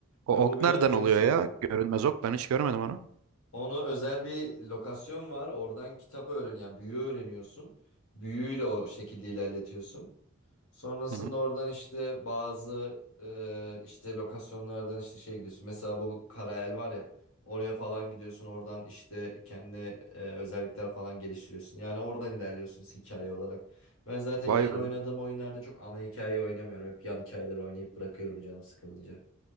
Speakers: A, on the right; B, on the left.
A: O
B: Ve bu
A: ok
B: biraz
A: nereden
B: beni
A: oluyor
B: şey
A: ya?
B: yapıyor.
A: Görünmez ok. Ben hiç görmedim onu.
B: Ona özel bir lokasyon var. Oradan kitap öğren ya büyü öğreniyorsun. Büyüyle o şekilde ilerletiyorsun. Sonrasında
A: Hı hı.
B: oradan işte bazı e, işte lokasyonlardan işte şey gidiyorsun. Mesela bu Karael var ya oraya falan gidiyorsun. Oradan işte kendi e, özellikler falan geliştiriyorsun. Yani oradan ilerliyorsun hikaye olarak. Ben zaten
A: Vay
B: yeni
A: be.
B: oynadığım oyunlarda çok ana hikayeyi oynamıyorum. Hep yan hikayeleri oynayıp bırakıyorum canım sıkılınca.